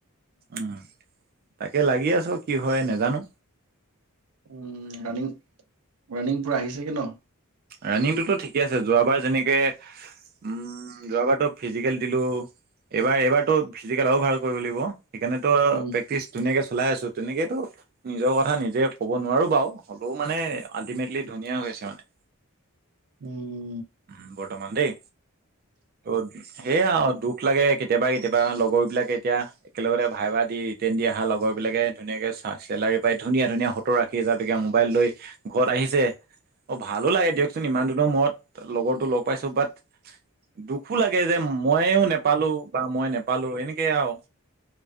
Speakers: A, on the right; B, on the right.
A: উম তাকে লাগি আছো কি হয় নাজানো
B: উম ৰাণিং ৰাণিং পুৰা আহিছেগে ন
A: ৰাণিংটোতো ঠিকে আছে যোৱাবাৰ যেনেকে উ যোৱাবাৰতো ফিজিকেল দিলো এইবাৰ এইবাৰত ফিজিকেল আৰু ভাল কৰিব লাগিব সেইকাৰণেটো
B: উম
A: প্ৰেক্টিছ ধুনীয়াকে চলাই আছো তেনেকেইটো নিজৰ কথা নিজে ক'ব নোৱাৰো বাৰু হ'লেও মানে আল্টিমেটলি ধুনীয়া হৈ আছে মানে
B: উম
A: উ বৰ্তমান দেই ত' সেয়া দুখ লাগে কেতিয়াবা কেতিয়াবা লগৰ বিলাকে এতিয়া একেলগতে ভাই ভা দি ৰিটাৰ্ণ দি অহা লগৰ বিলাকে ধুনীয়াকে চেলাৰী পাই ধুনীয়া ধুনীয়া সত্তৰ-আশী হাজাৰ টকীয়া মোবাইল লৈ ঘৰত আহিছে অ ভালো লাগে দিয়কচোন ইমান দূৰ এক মত লগৰতো লগ পাইছো বাট দুখো লাগে যে মইও নেপালো বা মই নেপালো এনেকেই আৰু